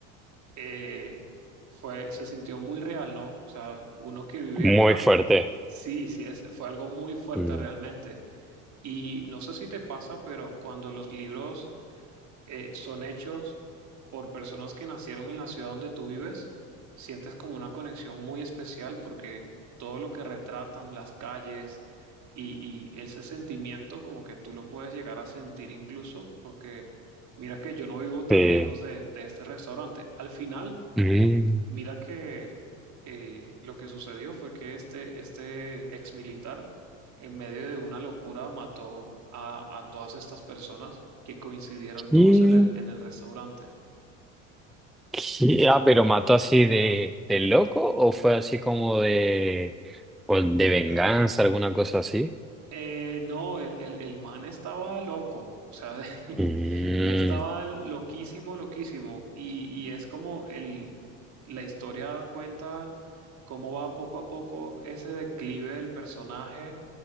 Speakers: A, on the right (about 50°); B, in the centre.
A: eh, fue, se sintió muy real, ¿no? O sea, uno que vive
B: muy
A: acá,
B: fuerte.
A: sí, sí, es- fue algo muy fuerte
B: Mm,
A: realmente. Y no sé si te pasa, pero cuando los libros eh, son hechos por personas que nacieron en la ciudad donde tú vives, sientes como una conexión muy especial porque todo lo que retratan, las calles y, y ese sentimiento como que tú lo puedes llegar a sentir incluso porque mira que yo no vivo tan
B: sí.
A: lejos de, de este restaurante. Al final
B: Mm,
A: Mira que eh, lo que sucedió fue que este, este ex militar, en medio de una locura, mató a, a todas estas personas que coincidieron
B: ¿qué?
A: todos en el, en el restaurante.
B: ¿Qué? Ah, pero mató así de, de loco o fue así como de, o de venganza, alguna cosa así.
A: Eh, no, el, el, el man estaba loco, o sea, <laughs>
B: Mm,
A: él estaba loquísimo, loquísimo, y, y es como el, la historia cuenta cómo va poco a poco ese declive del personaje,